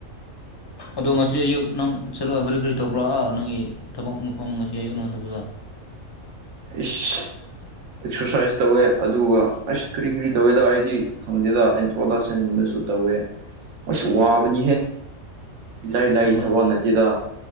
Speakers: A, on the left; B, on the right.
A: ꯑꯗꯣ ꯉꯁꯤ ꯑꯌꯨꯛ ꯅꯪ ꯆꯠꯂꯣ ꯀꯔꯤ ꯀꯔꯤ ꯇꯧꯕ꯭ꯔꯥ ꯅꯪꯒꯤ ꯊꯕꯛ ꯃꯐꯝ ꯉꯁꯤ ꯑꯌꯨꯛ ꯅꯪ ꯆꯠꯄꯗꯣ
B: ꯏꯁ ꯑꯦꯛꯁꯔꯁꯥꯏꯁ ꯇꯧꯋꯦ ꯑꯗꯨꯒ ꯑꯁ ꯀꯔꯤ ꯀꯔꯤ ꯇꯧꯋꯦꯗ ꯑꯩꯗꯤ ꯈꯪꯗꯦꯗ ꯑꯦꯟꯇ꯭ꯔꯣꯗꯛꯁꯟꯒꯨꯝꯕꯁꯨ ꯇꯧꯋꯦ ꯑꯩꯁꯨ ꯋꯥꯕꯅꯤꯍꯦ ꯢꯔꯥꯢ ꯂꯥꯢ
A: ꯑꯗꯣ
B: ꯊꯥꯕꯛ ꯅꯠꯇꯦꯗ